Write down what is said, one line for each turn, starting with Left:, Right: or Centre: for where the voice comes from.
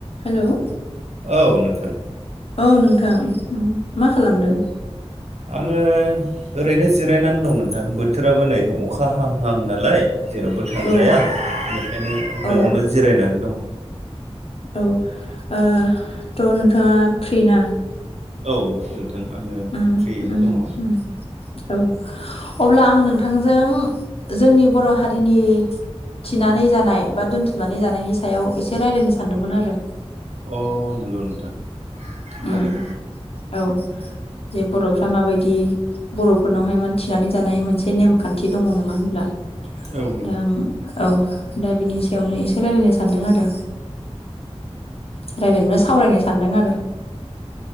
Left: Hello
Right: औ नोंथां
Left: औ नोंथां उम मा खालामदों?
Right: आङो ओरैनो जिरायनानै दं नोंथां बोथोराबो नै अखा हाहां नालाय जेरावबो थांजाया
Left: औ
Right: बेखायनो न'आवनो
Left: औ
Right: जिरायनानै दङ'
Left: औ ओ थ' नोंथांआ फ्रि ना?
Right: औ नोंथां आङो
Left: उम
Right: फ्रियैनो
Left: उम
Right: दङ'
Left: उम औ अब्ला आं नोंथांजों जोंनि बर' हारिनि थिनानै जानाय बा दोनथुमनानै जानायनि सायाव एसे रायलायनो सानदोंमोन आरो
Right: अ नोंगौ नोंथां
Left: उम
Right: हागोन
Left: औ जे बर'फ्रा माबायदि बर'फोरनावहाय माने थिनानै जानाय मोनसे नेमखान्थि दङ' नङा होनब्ला?
Right: औ नंगौ
Left: दा आं औ दा बिनि सायावनो इसे रायलायनो सानदों आरो। रायलायनो माने सावरायनो सानदों आरो